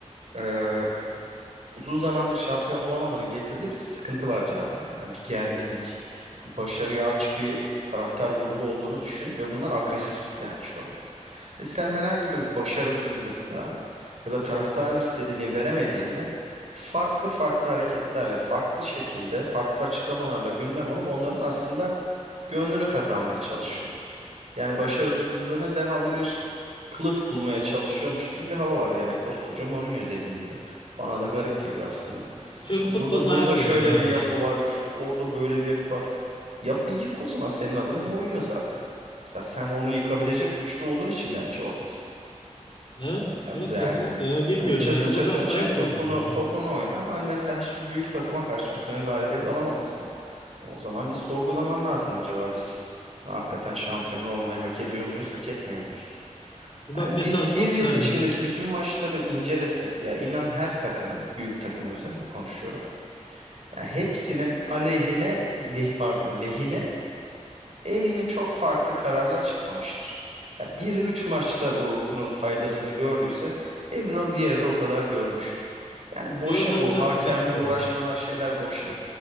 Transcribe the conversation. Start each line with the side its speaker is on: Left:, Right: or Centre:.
Right: Ee, uzun zamandır şampiyon olamamanın getirdiği bir sıkıntı var camiada. Yani bir gerginlik, bir başarıya aç bir taraftar grubu olduğunu düşün ve bunlar agresif yani şu an. Ve sen herhangi bir başarısızlıkta ya da taraftarın istediğini veremediğinde farklı farklı hareketlerle, farklı şekilde, farklı açıklamalarla gündem olup onların aslında gönlünü kazanmaya çalışıyorsun. Yani başarısızlığına devamlı bir kılıf bulmaya çalışıyormuş gibi bir hava var. Yani koskoca Mourinho dediğin gibi. Bana da garip geliyor aslında.
Left: Türk
Right: İşte
Left: futboluna
Right: burada burada
Left: ayak uyduruyor
Right: şöyle
Left: abi
Right: bir yapı
Left: işte.
Right: var, şu- orada böyle bir yapı var. Yapıyı yık o zaman senin adın Mourinho zaten. Mesela sen onu yıkabilecek güçlü olduğun için bence oradasın.
Left: Evet.
Right: Ya
Left: Evet
Right: bu yani
Left: kesinlikle ya bilmiyorum
Right: hani çatır
Left: yani
Right: çatır
Left: burada
Right: çek
Left: ayak
Right: topunu
Left: uydurma var abi.
Right: topunu oyna ama hani mesela hiçbir büyük takıma karşı bu sene galibiyet alamamışsın. O zaman bir sorgulaman lazım acaba biz hakikaten şampiyon olmayı hak ediyor muyuz, hak etmiyor muyuz?
Left: Bak
Right: Yani
Left: mesela
Right: bir, bir
Left: çok
Right: yıl
Left: güzel
Right: içindeki
Left: dedin.
Right: bütün maçları incelesek ya inan her takımın, büyük takım özelinde konuşuyorum. Yani hepsinin aleyhine, leh, pardon, lehine eminim çok farklı kararlar çıkmamıştır. Ya biri 3 maçta bunun faydasını gördüyse emin ol diğeri de o kadar görmüştür. Yani boşa
Left: Yo tabii
Right: bu
Left: canım
Right: hakemle
Left: ne şüphe
Right: uğraşmalar
Left: onun.
Right: şeyler boşa.